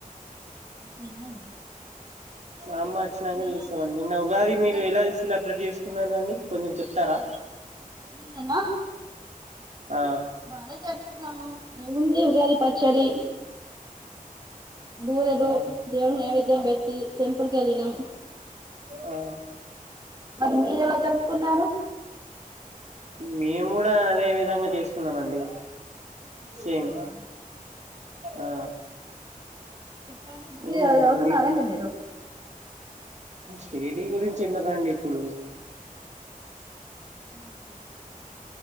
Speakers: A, on the right (about 30°); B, on the right (about 50°).
A: అంతేనా అండి
B: మా అమ్మ అచ్చినంక
A: మీరు ఎలా
B: చేస్తామండి.
A: జరుపుకున్నారండి
B: నిన్న ఉగాది మీరు ఎలా
A: పండుగ
B: సెలబ్రేట్ చేసుకోన్నారు. కున్నారండి కొంచెం చెప్తారా
A: నిన్న నా
B: ఆ
A: బాగా జరుపుకున్నాము. ఏముంది ఉగాది పచ్చడి కి.. బూరెలు
B: ఆ
A: దేవుడికి నైవేద్యం పెట్టి టెంపుల్ కి వెళ్ళినం
B: ఆ
A: మరి మీరు ఎలా జరుపుకున్నారు
B: మేము కూడా అదే విధంగా చేసుకున్నాము. అండి సేమ్
A: అవునా
B: ఆ..
A: చెప్పండి డిగ్రీ
B: ఏం
A: బాగా
B: లేదండి
A: చదువుతున్నారా అండి మీరు
B: స్టేడీ గురించి ఎందుకండి ఇప్పుడు
A: అవునా అండి